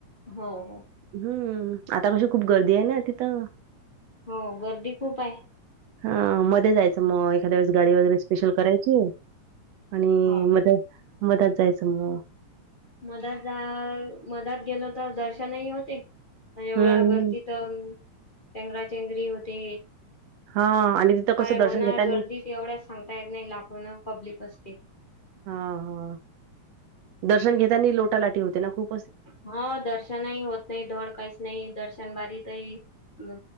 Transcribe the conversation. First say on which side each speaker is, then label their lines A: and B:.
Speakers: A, on the left; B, on the right.
A: हो हो
B: हम्म आता कशी खूप गर्दी आहे ना तिथं
A: हो गर्दी खूप आहे
B: हा मध्ये जायचं मग द्या वेळेस गाडी वगैरे स्पेशल करायची आणि
A: हा.
B: म मधत जायचं मग
A: मदत जा मदत गेल तर दर्शनही होते एवढं
B: हम्म
A: अगर त चंगराचेंगरी होते
B: हा आणि तिथं
A: काय
B: कसं
A: होणार
B: दर्शन घेतानी
A: गर्दी एवढ्याच सांगता येत नाही लाखोना पब्लिक असते
B: हा हा दर्शन घेताना लोटा लाटी होते ना खूप
A: हा दर्शनही होत नाही धड काहीच नाही दर्शन बारी तरही